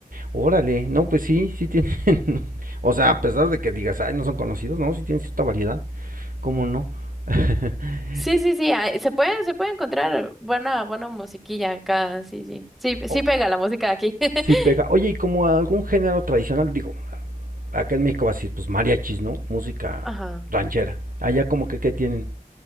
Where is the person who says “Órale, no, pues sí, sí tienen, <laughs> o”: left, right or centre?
Right